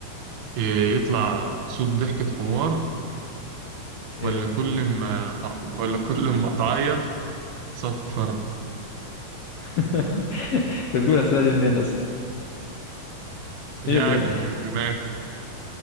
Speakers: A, on the right (about 70°); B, on the left (about 65°).
A: إيه، يطلع صوت ضحكة حمار
B: ايه
A: ولا
B: ده
A: كل ما تع... ولا كل ما تعيط صفر
B: <laughs> تجيب الاسئله دي منين اصلا
A: يعني
B: ايه ده
A: من دماغي